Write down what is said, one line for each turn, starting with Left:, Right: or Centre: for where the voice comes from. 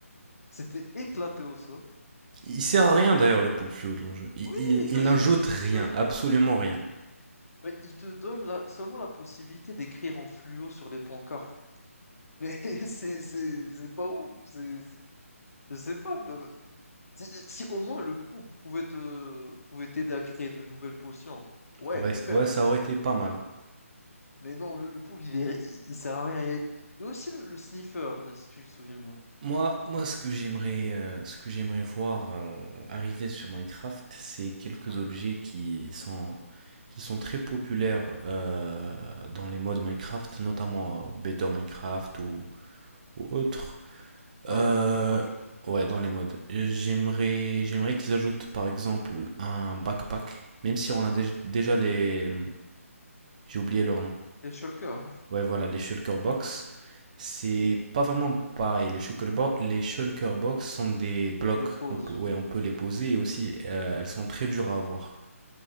Left: C'était éclaté au sol.
Right: Il sert à rien d'ailleurs le pool fluo dans le jeu. Il,
Left: Oui,
Right: il,
Left: exa-
Right: il n'ajoute
Left: il, il- il
Right: rien,
Left: te donne,
Right: absolument
Left: euh,
Right: rien.
Left: ouais, il te donne la- seulement la possibilité d'écrire en fluo sur les pancartes. Mais <laughs> c'est c'est- c'est pas ouf. c'est- c'est- Je sais pas. Si si au moins le pouf pouvait te, pouvait t'aider à créer de nouvelles potions, ouais,
Right: Ouais,
Left: peut-être.
Right: c- ouais, ça aurait été pas mal.
Left: Mais non, le, le pouf, il, est- il, il sert à rien. Il y a, il y a aussi le, le sniffer, si tu te souviens bien.
Right: Moi, moi, ce que j'aimerais, euh, ce que j'aimerais voir euh, arriver sur Minecraft, c'est quelques
Left: Ouais,
Right: objets
Left: ouais.
Right: qui sont, qui sont très populaires euh, dans les modes Minecraft, notamment euh, Better Minecraft ou, ou autres.
Left: Ah,
Right: Euh,
Left: le- les mots de passe, tu veux dire.
Right: ouais, dans les modes. J'aimerais, j'aimerais qu'ils ajoutent par exemple un backpack, même si on a déj- déjà les, j'ai oublié leur nom.
Left: Les shulkers, hein,
Right: Ouais, voilà, les shulker box, c'est pas vraiment pareil. Les shulker bo- les shulker box sont des blocs.
Left: tu les poses.
Right: On peut, ouais, on peut les poser et aussi euh, elles sont très dures à avoir.